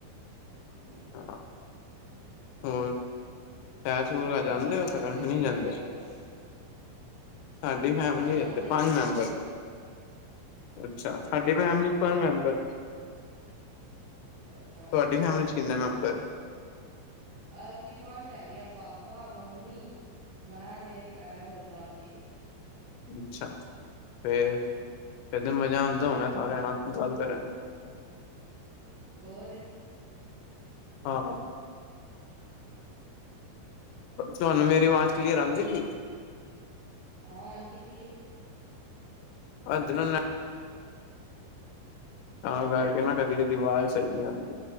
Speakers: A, on the right (about 65°); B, on the left (about 80°).
A: ਹੂੰ
B: ਹਾਂ ਹੋਰ ਸੈਰ ਸੂਰ
A: ਤੁਹਾਡੀ
B: ਜਾਂਦੇ
A: ਫੈਮਿਲੀ
B: ਹੋ ਕਰਨ
A: ਵਿੱਚ
B: ਨਹੀਂ
A: ਕਿੰਨੇ
B: ਜਾਂਦੇ
A: ਮੈਂਬਰ ਨੇ?
B: ਸਾਡੀ ਫੈਮਿਲੀ ਵਿੱਚ,
A: ਜਾਂਦੇ
B: ਪੰਜ
A: ਸੀ ਹੁੰਦੇ
B: ਮੈਂਬਰ
A: ਆ
B: ਨੇ। ਅੱਛਾ। ਸਾਡੀ ਫੈਮਿਲੀ'ਚ ਪੰਜ ਮੈਂਬਰ
A: ਅੱਛਾ।
B: ਤੁਹਾਡੀ ਫੈਮਿਲੀ'ਚ ਕਿੰਨੇ ਮੈਂਬਰ ਏ?
A: ਅਸੀਂ ਪੰਜ ਹੈਗੇ ਹਾਂ, ਪਾਪਾ, ਮੰਮੀ ਮੈਂ, ਮੇਰੀ ਭੈਣ, ਹੋਰ ਦਾਦੀ।
B: ਅੱਛਾ ਫੇਰ, ਫਿਰ ਤੇ ਮਜ਼ਾ ਆਂਦਾ ਹੋਣਾ ਸਾਰਿਆ ਨਾਲ, ਗੱਲ ਕਰਨ?
A: ਹੋਰ।
B: ਹਾ, ਤੁਹਾਨੂੰ ਮੇਰੀ ਆਵਾਜ਼ ਕਲੀਅਰ ਆਂਦੀ ਪੀ?
A: ਹਾਂ, ਆਂਦੀ ਪੀਏ।
B: ਅਧ ਨਾਲ ਤਾਂ ਕਰਕੇ ਨਾ, ਕਦੀ-ਕਦੀ ਅਵਾਜ਼ ਸਹੀ ਨਹੀਂ ਆਂਦੀ।